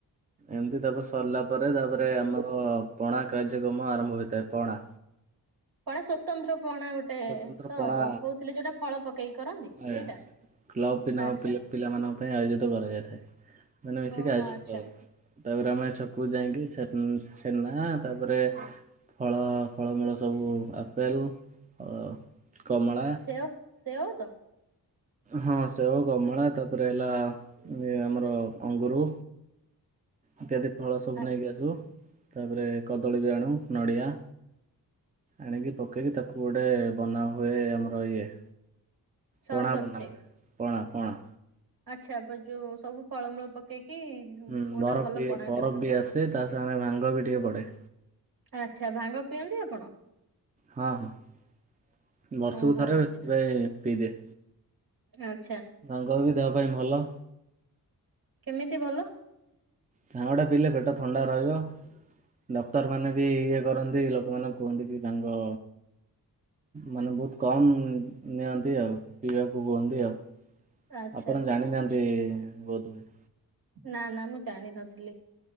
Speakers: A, on the right; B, on the right.
A: ଏମତି ତା ସରିଲା ପରେ ତାପରେ ଆମର ପଣା କାର୍ଯ୍ୟକ୍ରମ ଆରମ୍ଭ ହୋଇଥାଏ। ପଣା
B: ପଣା ସ୍ୱତନ୍ତ୍ର ପଣା ଗୋଟେ।
A: ସ୍ଵତନ୍ତ୍ର
B: ଗୋଟେ ତ
A: ପଣା
B: କହୁଥିଲେ ଯୋଉଟା ଫଳ ପକେଇକି କରନ୍ତି। ସେଇଟା
A: ଏ କ୍ଲବ୍ ପିଲା
B: ଆଛା
A: ପିଲାମାନଙ୍କ ପାଇଁ ଆୟୋଜିତ କରାଯାଇଥାଏ ସେମାନେ ମିଶିକି
B: ଓହୋ
A: ଆୟୋଜନ
B: ଆଚ୍ଛା
A: କରନ୍ତି। ତାପରେ ଆମେ ଛକକୁ ଯାଇକିଛ ଛେନା ତାପରେ ଫଳ ଫଳମୂଳ ସବୁ ଆପେଲ୍ ଆ କମଳା
B: ସେଓ ସେଓଉ ତ
A: ହଁ ସେଓ କମଳା ତାପରେ ହେଲା ଆମର ଅଙ୍ଗୁର ଇତ୍ୟାଦି ଫଳ ସବୁ
B: ଆଚ୍ଛା
A: ନେଇକି ଆସୁ ତାପରେ କଦଳୀ ବି ଆଣୁ ନଡ଼ିଆ। ଆଣିକି ପକେଇକି ତାକୁ ଗୋଟେ ବନାହୁଏ ଆମର ଇଏ।
B: ସର୍ବତଟେ
A: ପଣା ବନା ହୁଏ ପଣା ପଣା
B: ଆଚ୍ଛାପ ଯୋଉ ସବୁ ଫଳମୂଳ ପକେଇକି
A: ହୁଁ
B: କୋଉଟା
A: ବରଫ
B: ଭଲ
A: ବି
B: ପଣାଟେ
A: ବରଫ
B: ବନା
A: ବି ଆସେ ତା ସାଙ୍ଗରେ ଭାଙ୍ଗ ବି ଟିକେ ପଡ଼େ।
B: ଆଚ୍ଛା ଭାଙ୍ଗ ପିଅନ୍ତି ଆପଣ?
A: ହଁ ହଁ ବର୍ଷକୁ
B: ଓହୋ
A: ଥରେ ଆଉ
B: ଆଚ୍ଛା
A: ସେଥିପାଇଁ ପିଇଦେ।
B: ଆଚ୍ଛା।
A: ଭାଙ୍ଗ ବି ଦେହ ପାଇଁ ଭଲ।
B: କେମିତି ଭଲ?
A: ଭାଙ୍ଗଟା ପିଇଲେ ପେଟ ଥଣ୍ଡା ରହିବ। ଡକ୍ଟରମାନେ ବି ଇଏ କରନ୍ତି ଲୋକମାନଙ୍କୁ କୁହନ୍ତି କି ଭାଙ୍ଗ ମାନେ ବହୁତ କମ ନିଅନ୍ତି ଆଉ ପିଇବାକୁ କୁହନ୍ତି ଆଉ।
B: ଆଚ୍ଛା
A: ଆପଣ
B: ଠିକ
A: ଜାଣିନାହାନ୍ତି ବୋଧହୁଏ।
B: ନା ନା ମୁଁ ଜାଣିନଥିଲି।